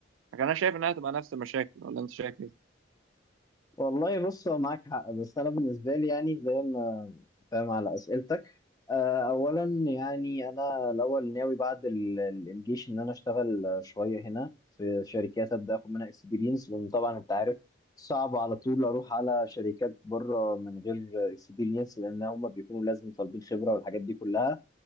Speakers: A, on the right; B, on the left.
A: لكن انا شايف انها تبقى نفس المشاكل ولا انت شايف ايه
B: والله بص هو معاك حق بس انا بالنسبه لي يعني زي ما فاهم على أسئلتك آه، أولا يعني أنا الأول ناوي بعد ال- ال- الجيش إن أنا أشتغل آه، شوية هنا في شركات أبدأ أخد منها إكسبيرينس لأن طبعا أنت عارف صعب على طول أروح على شركات بره من غير إكسبيرينس لأن هم بيكونوا لازم طالبين خبرة والحاجات دي كلها